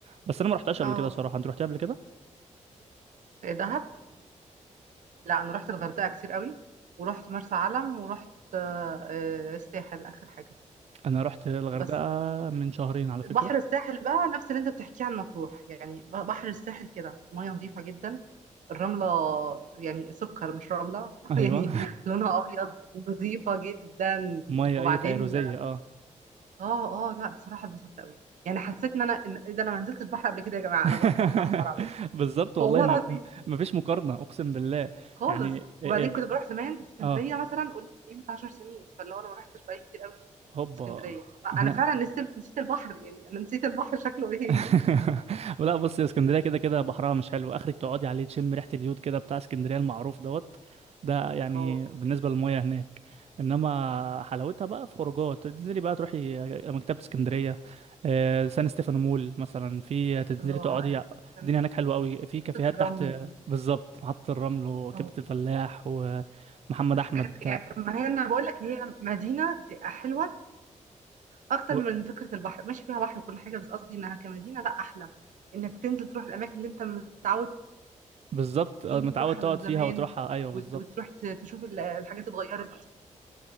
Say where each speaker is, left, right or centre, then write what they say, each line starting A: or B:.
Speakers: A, on the right; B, on the right.
A: بس انا ما رحتهاش قبل
B: اه
A: كده صراحه انت رحتها قبل كده
B: إيه دهب لا انا رحت الغردقه كتير قوي ورحت مرسى علم ورحت آه، آه، الساحل اخر حاجه
A: انا رحت الغردقه
B: بس
A: من شهرين على فكره
B: بحر الساحل بقى نفس اللي انت بتحكيه عن مطروح يعني ب- بحر الساحل كده ميه نظيفه جدا الرمله يعني سكر مش رمله <laughs>
A: ايوه
B: يعني لونها ابيض نظيفه جدا
A: <laughs> ميه
B: وبعدين
A: ايه فيروزيه اه
B: اه اه لا بصراحه اتبسطت قوي يعني حسيت ان انا إن- إيه ده انا ما نزلتش بحر قبل كده يا جماعه
A: <laughs>
B: انا بروح بحر احمر على طول
A: بالظبط
B: <laughs>
A: والله
B: والله
A: م...
B: العظيم
A: م- مفيش مقارنه اقسم بالله
B: خالص
A: يعني إيه-
B: وبعدين
A: إيه ب-
B: كنت بروح زمان اسكندريه
A: اه
B: مثلا قول ايه من 10 سنين فاللي هو انا ما رحتش بقالي كتير قوي
A: هوبا
B: اسكندريه
A: انا
B: انا فعلا نسيت نسيت البحر يعني انا نسيت البحر شكله ايه
A: <laughs> ولا بص يا اسكندريه كده كده بحرها مش حلو اخرك تقعدي عليه تشم ريحه اليود كده بتاع اسكندريه المعروف دوت ده يعني
B: <laughs> اه
A: بالنسبه للمياه هناك انما حلاوتها بقى في خروجات تنزلي بقى تروحي مكتبه اسكندريه آه، سان ستيفانو مول مثلا في تنزلي
B: الله
A: تقعدي
B: ايوه كان
A: الدنيا هناك حلوه قوي في كافيهات
B: خطه الرمل
A: تحت بالظبط محطه الرمل وكبده
B: اه
A: الفلاح ومحمد
B: والحاجات
A: احمد بتاع
B: يعني ما هي انا بقول لك هي مدينه حلوه اكتر
A: و-
B: من فكره البحر ماشي فيها بحر وكل حاجه بس قصدي انها كمدينه لا احلى انك تنزل تروح الاماكن اللي انت متعود
A: بالظبط آه،
B: كنت
A: متعود
B: تروحها
A: تقعد
B: من زمان
A: فيها وتروحها ايوه
B: وت-
A: بالظبط
B: وتروح ت- تشوف ال- الحاجات اتغيرت